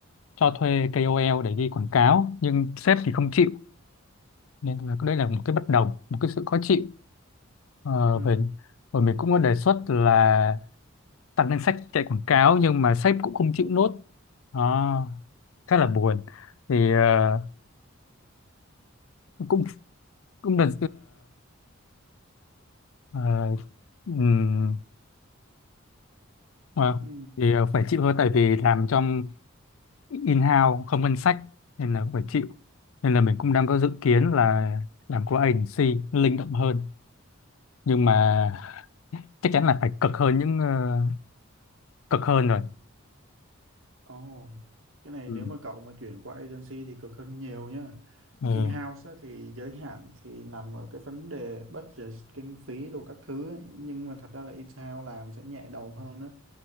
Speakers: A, on the left; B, on the right.
A: cho thuê KOL để đi quảng cáo nhưng sếp thì không chịu nên là đây là một cái bất đồng một cái sự khó chịu Ờ,
B: ừ
A: về rồi mình cũng có đề xuất là tăng danh sách chạy quảng cáo nhưng mà sếp cũng không chịu nốt đó khá là buồn thì ờ, cũng cũng là Ờ, ừm, ờ,
B: ừ
A: thì ờ, phải chịu thôi tại vì làm trong in-house không ngân sách nên là cũng phải chịu nên là mình cũng đang có dự kiến là làm qua agency nó linh động hơn nhưng mà <laughs> chắc chắn là phải cực hơn những ờ, cực hơn rồi
B: ồ cái này
A: ừ.
B: nếu mà cậu mà chuyển qua agency thì cực hơn nhiều nhá
A: Ừ.
B: in-house á, thì giới hạn thì nằm ở cái vấn đề budget kinh phí đồ các thứ ấy. nhưng mà thật ra là in-house làm sẽ nhẹ đầu hơn á